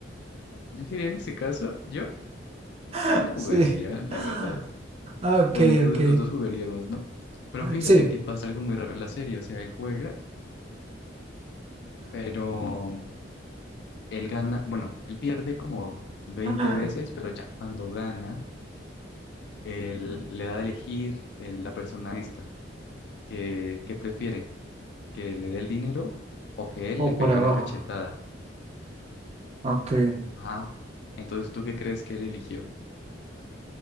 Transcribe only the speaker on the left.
Yo quería en ese caso, yo,
yo jugaría,
la
verdad.
Bueno, entonces
los dos jugaríamos, ¿no? Pero fíjate
que pasa algo muy raro en la serie, o sea, él juega, pero él gana, bueno, él pierde como 20
veces, pero ya cuando gana, él le da a elegir el- la persona esta, que, que prefiere, que le dé el dinero o que él
le pegue
una cachetada.
Ah, entonces ¿tú qué crees que él eligió?